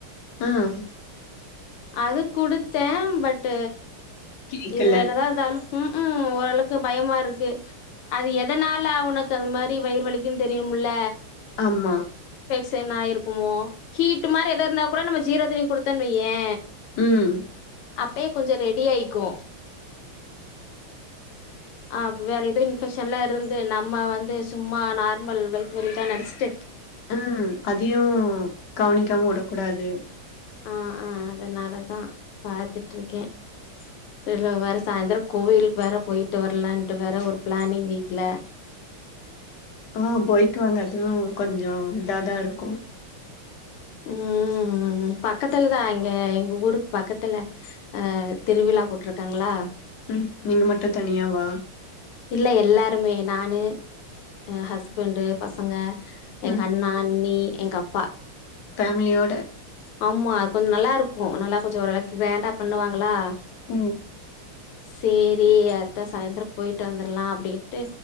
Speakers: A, on the left (about 60°); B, on the left (about 85°).
A: ம்
B: அது குடுத்தே பட்
A: கேக்கல
B: இரு என்னதா இருந்தாலு ம்ஹும் ஓரளக்கு பயமா இருக்கு அது எதனால அவனுக்கு அந்த மாரி வயிறு வலிக்குன்னு தெரியும்ல
A: ஆமா
B: சே என்னாயிருக்குமோ ஹீட் மாரி ஏதோ இருந்தா கூட நம்ம ஜீரா தண்ணி குடுத்தோன்னு வையே
A: ம்
B: அப்யே கொஞ்சோ ரெடி ஆயிக்கு ஆ வேற ஏதோ இன்ஃபெக்ஷன் எல்லா இருந்து நம்ம வந்து சும்மா நார்மல் வயித்து வலிதா நெனச்சிட்டு
A: ஆ அதையு கவனிக்காம வுடக்கூடாது
B: ஆ ஆ அதனாலதா பாத்துட்டு இருக்கே இதுல வேற சாயந்தர கோவிலுக்கு வேற போயிட்டு வரலான்ட்டு வேற ஒரு பிளானிங் வீட்ல <inaudible>
A: ஆ போயிட்டு வாங்க அதுவு கொஞ்சோ இதாதா இருக்கு
B: ம் பக்கத்துல தா இங்க எங்க ஊருக்கு பக்கத்துல அ திருவி ழா போட்ருக்காங்களா
A: ம் நீங்க மட்டு தனியாவா
B: இல்ல எல்லாருமே நானு அ ஹஸ்பண்டு பசங்க
A: ம்
B: எங்க அண்ணா அண்ணி எங்க அப்பா
A: ஃபேமிலியோட
B: ஆமா கொஞ்சோ நல்லா இருக்கு நல்லா கொஞ்சோ ஒரு அளவுக்கு கிராண்டா பண்ணுவாங்களா
A: ம்
B: சேரி அத்த சாய்ந்தரோ போயிட்டு வந்தர்லா அப்டின்ட்டு